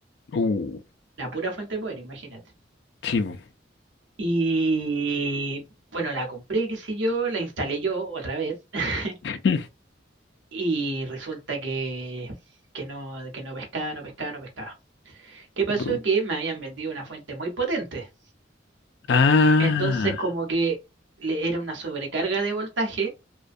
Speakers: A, on the left; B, on the right.
A: uh,
B: La pura fuente de poder, imagínate.
A: sí. bu.
B: Y bueno, la compré, qué sé yo, la instalé yo otra vez. <laughs>
A: <laughs>
B: Y resulta que, que no, que no pescaba, no pescaba, no pescaba. ¿Qué pasó?
A: Bu.
B: Que me habían vendido una fuente muy potente.
A: Ah,
B: Entonces, como que le era una sobrecarga de voltaje